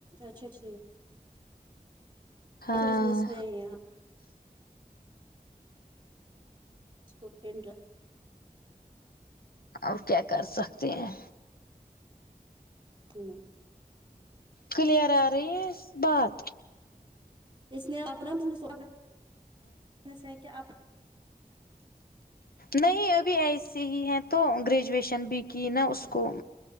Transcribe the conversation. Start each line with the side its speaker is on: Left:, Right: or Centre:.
Right: اچھا ٹھیک
Left: ہاں
Right: بزنس میں یہاں <unintelligible>
Left: اب کیا کر سکتے ہیں
Right: ہوں نہ
Left: کلیئیر آ رہی ہے بات
Right: اس نے اپنا بزنس <unintelligible> آپ
Left: نہیں ابھی ایسے ہی ہیں تو گریجویشن بھی کی نا اس کو